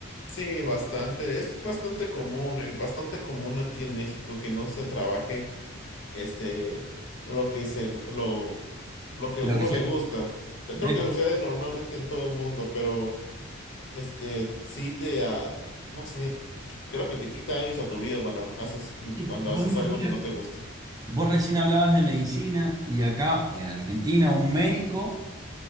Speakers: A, on the left; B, on the right.
A: Sí, bastante. Es bastante común, eh, bastante común aquí en México que no se trabaje este, lo que se, lo, lo que
B: Lo
A: a uno
B: que sea.
A: le gusta. Creo
B: ¿eh?
A: que sucede normalmente en todo el mundo, pero este, sí te, ah, no sé, te creo que te quita años a tu vida cuando haces,
B: Y
A: cuando
B: vos
A: haces
B: imagínate,
A: algo que no te gusta.
B: Vos recién hablabas de medicina y acá en Argentina un médico,